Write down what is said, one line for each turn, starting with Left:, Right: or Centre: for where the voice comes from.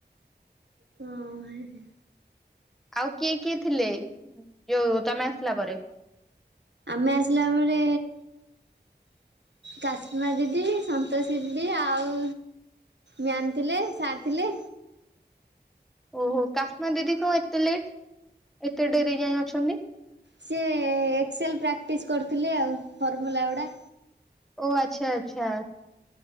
Right: ହଁ ଭ <inaudible>
Centre: ଆଉ କିଏ କିଏ ଥିଲେ ଯୋଉ ତମେ ଆସିଲା ପରେ।
Right: ଆମେ ଆସିଲା ପରେ କାସ୍ମା ଦିଦି, ସନ୍ତୋଷୀ ଦିଦି ଆଉ ମ୍ୟାମ୍ ଥିଲେ ସାର୍ ଥିଲେ।
Centre: ଓହୋ କାଶ୍ମୀ ଦିଦି କଣ ଏତେ ଲେଟ୍ ଏତେ ଡେରେ ଯାଇଏ ଅଛନ୍ତି।
Right: ସି ଏକ୍ସଲ୍ ପ୍ରାକ୍ଟିସ୍ କରୁଥିଲେ ଆଉ ଫର୍ମୁଲା ଗୁଡ଼ା।
Centre: ଓ ଆଚ୍ଛା ଆଚ୍ଛା।